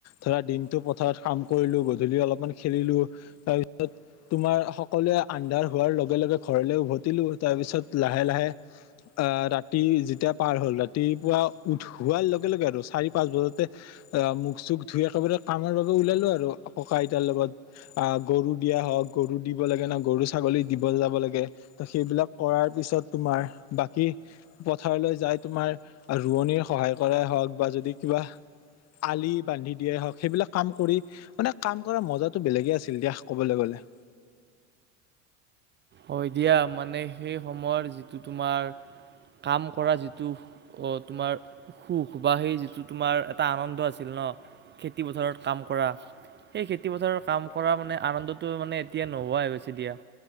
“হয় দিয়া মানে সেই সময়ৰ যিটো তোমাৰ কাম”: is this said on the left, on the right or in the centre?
Right